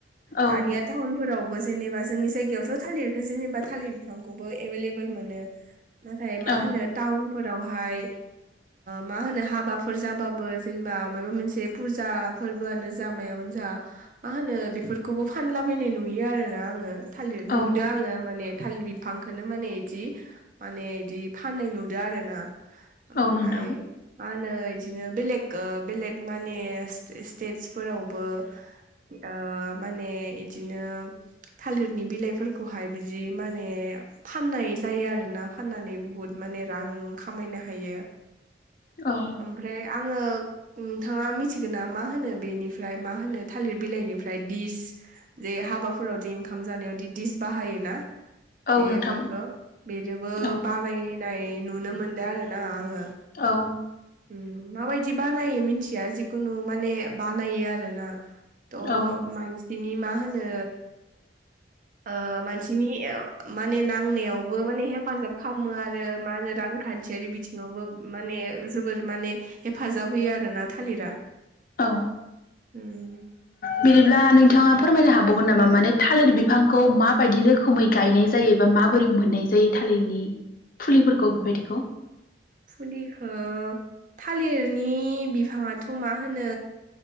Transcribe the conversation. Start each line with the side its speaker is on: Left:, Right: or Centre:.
Right: दानिया
Left: औ
Right: टाउन फोरावबो जेनेबा जोंनि जायगायावथ' थालिरखौ जेनेबा थालिर बिफांखौबो एभेलेबेल मोनो नाथाय
Left: औ
Right: मा होनो टाउनफोरावहाय मा होनो हाबाफोर जाबाबो जेनेबा माबा मोनसे फुजा फोरबोआनो जा मायानो जा मा होनो बेफोर खौबो फानलाबायनाय नुयो आरो ना आङो थालिर
Left: औ
Right: नुदों आङो माने थालिर बिफांखौनो माने बिदि माने बिदि फाननाय नुदों आरो ना ओमफ्राय
Left: औ नोंथां
Right: मा होनो बिदिनो बेलेग बेलेग माने स्टेटसफोरावबो ओ माने इदिनो थालिरनि बिलाइफोरखौहाय बिदि माने फाननाय जायो आरोना फाननानै बहुद माने रां खामायनो हायो
Left: औ
Right: ओमफ्राय आङो नोंथाङा मिथिगौना मा होनो बेनिफ्राय मा होनो थालिर बिलाइनिफ्राय दिस जे हाबाफोरावदि ओंखाम जानायावदि डिस बाहायो ना
Left: औ
Right: बेफोरखौ
Left: नोंथां
Right: बेजोंबो
Left: औ
Right: बानाय नाय नुनो मोनदों आरो ना आङो
Left: औ
Right: ओम माबायदि बानायो मिथिया जिखुनु माने बानायो आरो ना थ'
Left: औ
Right: मानसिनि मा होनो ओ मानसिनि माने नांनायावबो माने हेफाजाब खालामो आरो मा होनो रांखान्थियारि बिथिङावबो माने फोर माने हेफाजाब होयो आरोना थालिरा
Left: औ
Right: उम
Left: बिदिब्ला नोंथाङा फोरमायनो हा बावगोन नामा माने थालिर बिफांखौ माबायदि रोखोमै गायनाय जायोबा माबोरै मोननाय जायो थालिरनि फुलिफोरखौ
Right: अ
Left: बेबायदिखौ
Right: फुलिखौ थालिरनि बिफाङाथ' मा होनो